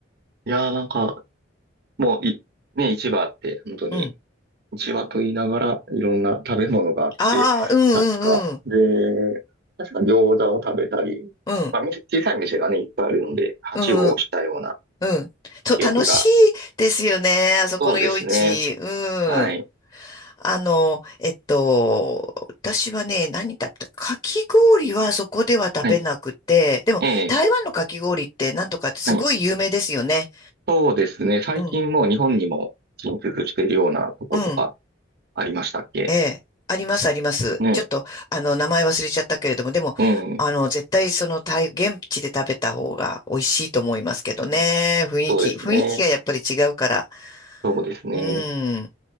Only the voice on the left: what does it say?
うん。
ああ、うんうんうん、
うん、
うん、うん、うん。と、
楽しいですよね、あそこの夜市。
うん。
あの、えっと、私はね、何食べた、かき氷はそこでは食べなくて、
でも台湾のかき氷ってなんとかってすごい有名ですよね。
うん、うん、
ええ、ありますあります。
ちょっと、あの、名前忘れちゃったけれども、でも、
あの、絶対その台、現地で食べた方が美味しいと思いますけどね。
雰囲気、
雰囲気がやっぱり違うから。
うん。